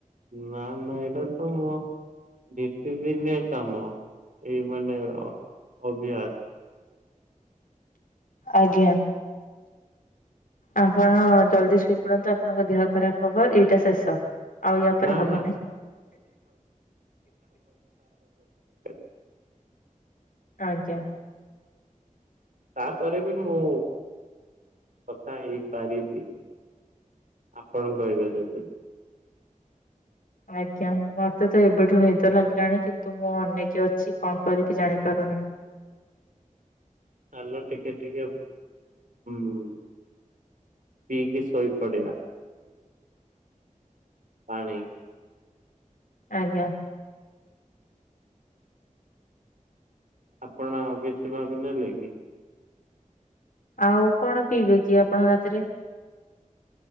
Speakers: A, on the right; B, on the left.
A: ନା ନା ଏଇଟା ତ ମୋ ନୀତି ଦିନିଆ କାମ ଏଇ ମାନେ ଅଭ୍ୟାସ।
B: ଆଜ୍ଞା। ଆପଣ ଜଲଦି ଶୋଇ ପଡନ୍ତୁ ଆପଣଙ୍କ ଦେହ ଖରାପ ହବ ଏଇଟା ଶେଷ। ଆଉ ୟା ପରେ
A: ନା
B: ହବ
A: ନା
B: ନାହିଁ
A: <unintelligible>
B: ଆଜ୍ଞା।
A: ତାପରେ ବି ମୁଁ କଥା ହେଇପାରିବି। ଆପଣ କହିବେ ଯଦି
B: ଆଜ୍ଞା ମତେ ତ ଏବେଠୁ ନିଦ ଲାଗିଲାଣି କିନ୍ତୁ ମୁଁ ଅନେଇକି ଅଛି କଣ କରିବି ଜାଣିପାରୁନି।
A: ଚାଲ ଟିକେ ଟିକେ ହୁଁ। ପିଇକି ଶୋଇ ପଡିବା। ପାଣି।
B: ଆଜ୍ଞା।
A: ଆପଣ ଆଉ କିଛି ଭାବି ନେଲେ କି?
B: ଆଉ କଣ ପିଇବେ କି ଆପଣ ରାତିରେ?